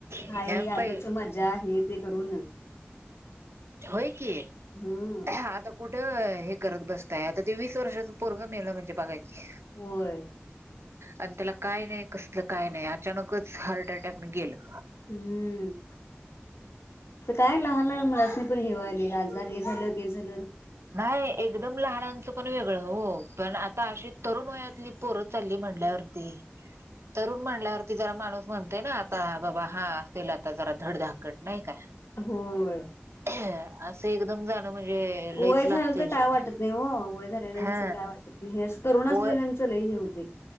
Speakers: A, on the left (about 85°); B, on the right (about 85°).
A: हाय
B: अ
A: हे ह्यातच मजा आहे ते करू न
B: होय की,
A: हम्म
B: आता कुठं हे करत <unintelligible> हाय आता ते वीस वर्षाच पोरग मेलं म्हणजे बघा की.
A: होय.
B: अन त्याला काय नाय, कसलं काय नाय अचानकच हार्ट अटॅक गेलं.
A: हम्म तर काय लहान लहान <unintelligible> पण हे व्हयला आजार हे झालं जर.
B: नाय एकदम लहानांचं पण वेगळं हो, पण आता अशी तरुण वयातली पोरं चालली म्हणल्यावरती तरुण <unintelligible> जरा माणूस म्हणतय ना आता बाबा हा असेल आता जरा धडधाकट नाही का,
A: होय
B: <unintelligible> <inaudible> एकदम झालं म्हणजे
A: वय
B: लय लागत
A: झालं तर काय
B: जीवन
A: वाटत नाही हो वय झालेल्यांचं
B: हा
A: काय वाटत नाही हे असं तरुण
B: वय
A: असलेल्यांचं लई हे होतय